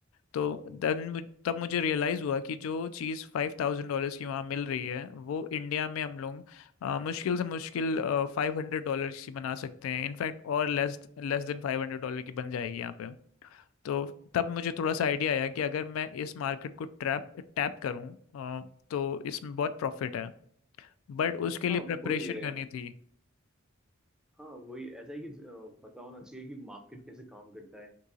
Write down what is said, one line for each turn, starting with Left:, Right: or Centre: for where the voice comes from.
Left: तो देन तब मुझे रियलाइज़ हुआ कि जो चीज़ फाइव थाउजेंड डॉलर्स की वहाँ मिल रही है वो इंडिया में हम लोग अ, मुश्किल से मुश्किल फाइव हंड्रेड डॉलर्स की बना सकते हैं इनफैक्ट और लेस लेस देन फाइव हंड्रेड डॉलर की बन जाएगी यहाँ पे तो तब मुझे थोड़ा सा आइडिया आया कि अगर मैं इस मार्केट को ट्रैप टैप करूँ अ, तो इसमें बहुत प्रॉफिट है बट उसके लिए
Centre: हाँ
Left: ओके प्रेपरेशन
Centre: वही है
Left: करनी थी
Centre: हाँ वही ऐसा है कि अ, पता होना चाहिए कि मार्केट कैसे काम करता है